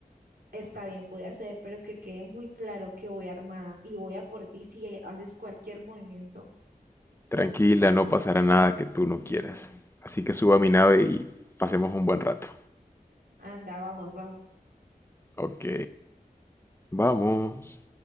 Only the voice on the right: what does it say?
Está bien, voy a hacer, pero que quede muy claro que voy armada y voy a por ti si haces cualquier movimiento.
Anda, vamos, vamos.